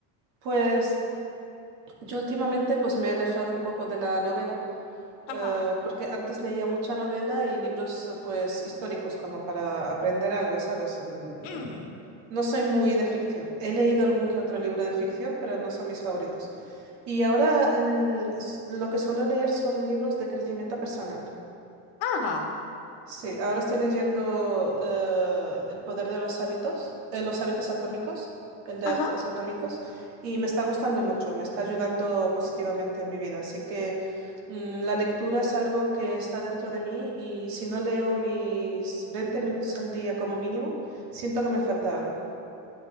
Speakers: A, on the right; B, on the left.
A: Pues Yo últimamente pues me he alejado un poco de la novela,
B: Ajá.
A: eh, porque antes leía mucha novela y libros eh, pues históricos como para aprender algo, ¿sabes? Mm,
B: Ujú.
A: mm, No soy muy de ficción. He leído algún que otro libro de ficción, pero no son mis favoritos. Y ahora l- s- lo que suelo leer son libros de crecimiento personal.
B: Ajá.
A: Sí, ahora estoy leyendo eh, El poder de los hábitos, eh, los hábitos atómicos, el de
B: Ajá.
A: hábitos atómicos, y me está gustando mucho, me está ayudando positivamente en mi vida. Así que mm, la lectura es algo que está dentro de mí y si no leo mis 20 minutos al día como mínimo, siento que me falta algo.